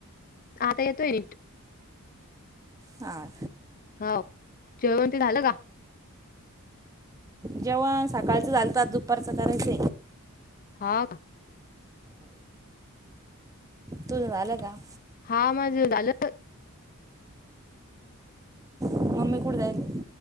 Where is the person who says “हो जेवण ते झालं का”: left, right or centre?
Left